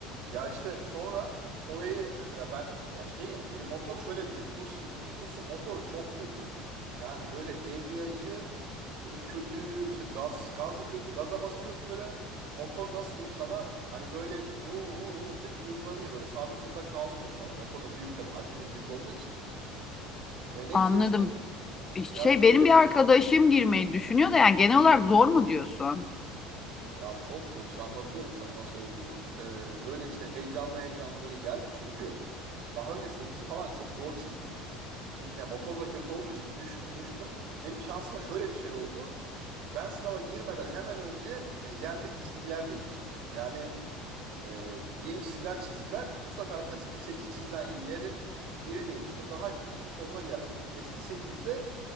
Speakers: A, on the right; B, on the left.
A: Ya işte sonra orayı mesela ben ya şeyim benim motor şöyle bir de kurs gittiğim kursun motoru çok kötü. Yani böyle debriyajı Böyle kötü işte gaz gazı kötü gaza basıyorsun böyle motor nasıl diyeyim sana hani böyle uu, uu, uu, sürekli hızlanıyor böyle sabit hızda kalmıyor falan. Motor da büyük tabii hacmi de büyük olduğu için. Ve neyse
B: Anladım.
A: işte yani
B: Şey
A: şöyle
B: benim bir arkadaşım girmeyi düşünüyor da yani genel olarak zor mu diyorsun?
A: ya çok zor işte anlatıyorum sana nasıl olduğunu. Ee, böyle işte heyecanlı heyecanlı böyle geldim. Çünkü daha önce sekizi falan çok zor çizdim. Çünkü ya motor da kötü olduğu için düştüm müştüm. Benim şansıma şöyle bir şey oldu. Ben sınava girmeden hemen önce e, yerdeki çizgiler değişti. Yani Ee, yeni çizgiler çizdiler. Bu sefer de bu 8 çizilen yerin yeri değişti. Daha iyi bir konuma geldi. Çünkü eski sekizde